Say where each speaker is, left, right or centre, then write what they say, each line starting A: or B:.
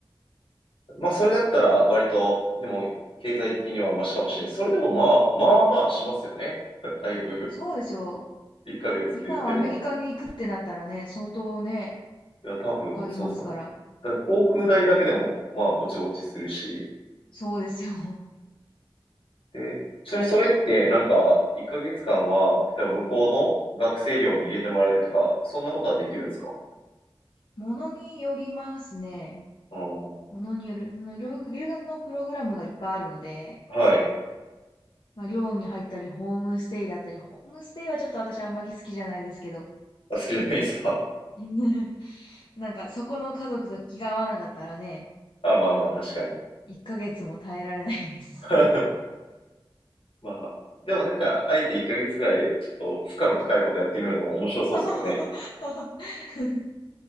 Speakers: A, on the left; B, on the left.
A: まあ、それだったら割と、でも、経済的にはマシかもしれない。それでもまあ、まあまあしますよね。<laughs> だいぶ。
B: そうでしょう。
A: 1ヶ月って言っても。
B: 今アメリカに行くってなったらね、相当ね、
A: いや、多分、
B: かかりますから。
A: そうそう。ただ航空代だけでも、まあ、ぼちぼちするし、
B: そうですよ。<laughs>
A: で、ちなみにそれってなんか1ヶ月間は、例えば向こうの学生寮に入れてもらえるとか、そんなことはできるんですか
B: ものによりますね。
A: うん。
B: ものによる。その留留学のプログラムがいっぱいあるので、
A: はい。
B: まあ、寮に入ったり、ホームステイだったり、ホームステイはちょっと私あんまり好きじゃないですけど、
A: あ、好きじゃないですか。
B: <laughs> なんかそこの家族と気が合わなかったらね、
A: <laughs> あ、まあまあ確かに。
B: 1ヶ月も耐えられないです。
A: <laughs> まあ。でもなんか、あえて1ヶ月ぐらい、ちょっと負荷の高いことやってみるのも面白そうですけどね。
B: <laughs>